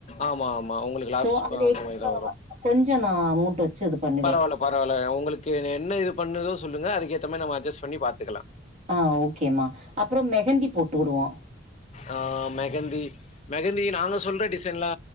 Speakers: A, on the left; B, on the right.
A: ஆமா ஆமா உங்களுக்கு
B: சோ
A: லாஸ்
B: அ அந்த
A: மாரிதா
B: <inaudible> கொஞ்சோ நா அமௌண்ட் வச்சு பண்ணுவே
A: பரவால பரவால உங்களுக்கு என்ன இது பண்ணுதோ சொல்லுங்க அதுக்கேத்த மரி நம்ம அட்ஜஸ் பண்ணி பாத்துக்கலா
B: ஆ ஓக்கேமா அப்றோ மெஹந்தி போட்டு விடுவோ
A: ஆ மெஹந்தி மெஹந்தி நாங்க சொல்ற டிசைன்ல்லா